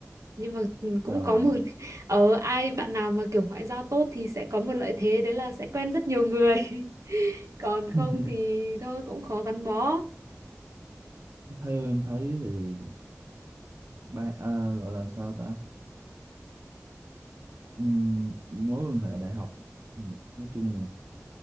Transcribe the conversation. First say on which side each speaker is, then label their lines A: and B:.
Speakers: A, on the right (about 80°); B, on the right (about 60°).
A: nhưng mà ừ, cũng
B: rồi
A: có một <laughs> ở ai bạn nào mà kiểu ngoại giao tốt thì sẽ có một lợi thế đấy là sẽ quen rất nhiều người <laughs> còn không
B: <laughs>
A: thì thôi cũng khó gắn bó
B: theo em thấy thì ba à, gọi là sao ta Ừm, mối quan hệ đại học ừ, nói chung là